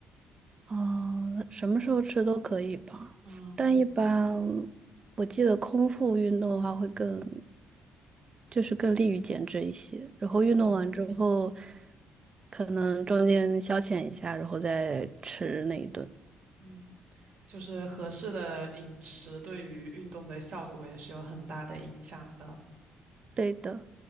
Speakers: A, on the right; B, on the right.
A: 啊，什么时候吃都可以吧，
B: 嗯
A: 但一般我记得空腹运动的话会更。就是更利于减脂一些。然后运动完之后，
B: 嗯
A: 可能中间消遣一下，然后再吃那一顿。
B: 嗯，就是合适的饮食对于运动的效果也是有很大的影响的。
A: 对的。